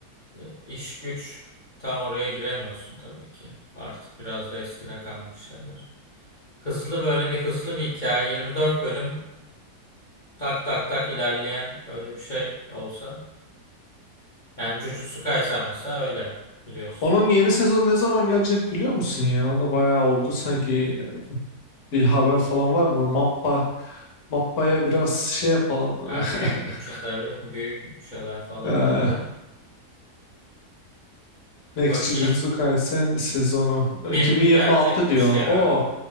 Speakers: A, on the left; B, on the left.
A: Ee, İş güç tam oraya giremiyorsun tabii ki. Artık biraz da eskide kalmış şeyler. Hızlı böyle bir hızlı bir hikaye 24 bölüm tak tak tak ilerleyen öyle bir şey olsa. Yani Jujutsu Kaisen mesela öyle biliyorsun.
B: Onun yeni sezon ne zaman gelecek biliyor musun ya? O da bayağı oldu
A: Evet.
B: sanki bir haber falan var mı? Mappa Mappa'ya biraz şey yapalım.
A: Ya büyük
B: <laughs>
A: bütçe tabii. <laughs> Büyük bütçeler falan
B: Eee,
A: tabii.
B: Next
A: Bakayım.
B: Jujutsu Kaisen sezonu
A: Filmi
B: 2026
A: gelecekmiş
B: diyor.
A: ya.
B: O